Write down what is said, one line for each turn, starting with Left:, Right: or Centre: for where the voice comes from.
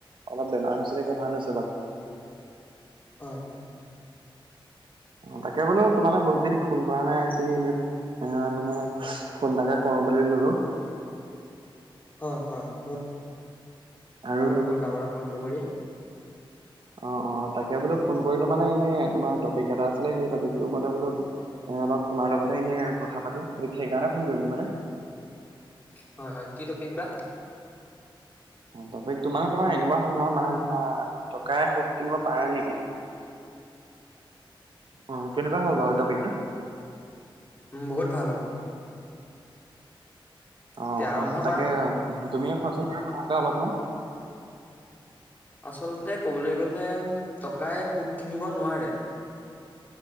Right: অলপ বেমাৰ হৈছিলে এতিয়া ভাল হৈছে বাৰু। <inaudible>
Left: হয়-হয়।
Right: অ তাকে বোলো তোমালে বহুত দিন ফোন কৰা নাই আজি এনেই এ মানে ফোন এটাকে কৰো বুলি ললো।
Left: হয়, হয় বহুত
Right: আৰু
Left: ভাল কৰিলা বাৰু ফোনটো কৰি।
Right: অ-অ তাকে বোলো ফোন কৰিলো মানে এনে তোমাৰ টপিক এটা আছিলে সেই টপিকটোৰ ওপৰতে বোলো এ অলপ তোমাৰ লগতে এনেই কথা পাতো সেইকাৰণে ফোন কৰিলো মানে।
Left: হয় হয় কি টপিক বা?
Right: টপিকটো মানে তোমাৰ এনেকুৱা হল ন মানে ধৰা, টকাৰে সুখ কিনিব পাৰে নেকি? অ ', কেনেকুৱা হ'ব বাৰু টপিকটো।
Left: উম বহুত ভাল হ'ব।
Right: অ',
Left: এতিয়া আৰম্ভ
Right: হয় তাকে
Left: কৰা
Right: তুমিয়ে কোৱাচোন মানে অলপমান?
Left: আচলতে কবলৈ গলে টকাই সুখ কিনিব নোৱাৰে।